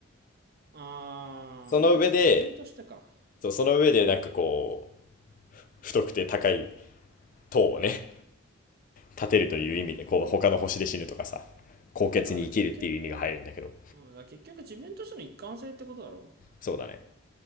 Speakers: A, on the right (about 50°); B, on the left (about 40°).
A: あー、
B: その上で、
A: だから自分としてか。
B: そう、その上でなんかこう、太くて高い塔をね立てるという意味で、
A: だから、
B: こう、他の星で死ぬとかさ、高血に生きるっていう意味が入るんだけど、
A: だから結局、うん、だから結局自分としての一貫性ってことだろ
B: そうだね。